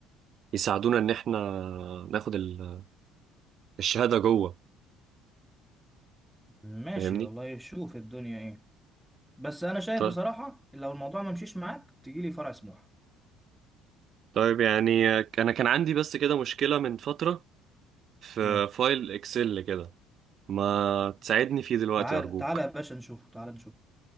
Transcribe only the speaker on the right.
يساعدونا ان احنا ناخد ال- الشهاده جوه
فاهمني
طيب
طيب يعني آه، انا كان عندي بس كده مشكله من فتره في
فايل اكسل كده ما تساعدني فيه دلوقتي
أرجوك